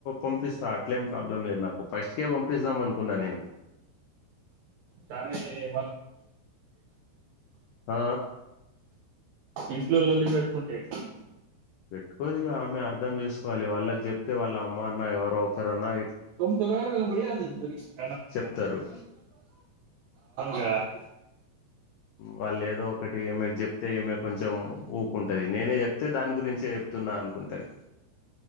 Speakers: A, on the left (about 80°); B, on the right (about 80°).
A: పంపిస్తా అట్లే ప్రాబ్లం లేదు నాకు ఫస్ట్కే పంపిస్తాం అనుకున్నా నేను
B: స్నానం చేయు
A: ఆ
B: ఇట్లో లోల్లి బెట్టుకుంటే కొంటే ఎట్ల అంటున్న
A: పెట్టుకోదిగా ఆమె అర్థం చేసుకోవాలి వాళ్ళకి చెప్తే వాళ్ళ అమ్మ అన్న ఎవరో ఒకరురన్నా
B: కొంచెం అయిన మర్యాద ఇస్తుది
A: చెప్తారు
B: గా
A: వాళే ఒకటి ఏమెకు చెప్తే ఏమె కొంచెం ఊకుంటంది నేనే చెప్తే దాని గురించి చెప్తున్నా అనుకుంటుంది